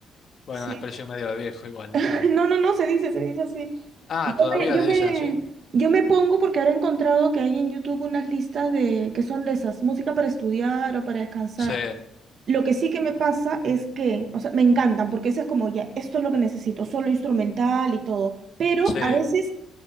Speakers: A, on the left; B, on the right.
A: bueno,
B: sí.
A: una expresión medio de viejo igual.
B: <laughs>
A: eh.
B: No, no, no, se dice, se dice así.
A: Ah,
B: Yo
A: ¿todavía
B: me, yo
A: le
B: me,
A: dicen así?
B: yo me pongo porque ahora he encontrado que hay en YouTube unas listas de que son de esas, música para estudiar o para descansar.
A: Sí,
B: Lo que sí que me pasa es que, o sea, me encantan, porque eso es como ya, esto es lo que necesito, solo instrumental y todo. Pero
A: sí,
B: a veces